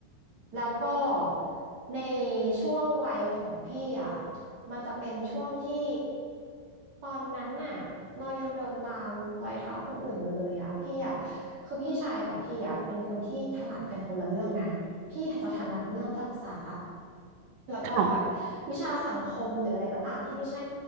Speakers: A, on the right; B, on the right.
A: แล้วก็ในช่วงวัยของพี่อ่ะมันจะเป็นช่วงที่ตอนนั้นน่ะเรายังเดินตามรอยเท้าคนอื่นอยู่เลยอ่ะพี่อ่ะคือพี่ชายกับพี่อ่ะเป็นคนที่ถนัดกันคนละเรื่องนะพี่อาจจะถนัดเรื่องภาษาแล้วก็แบบวิชาสังคมหรืออะไรก็ตามที่ไม่ใช่
B: ค่ะ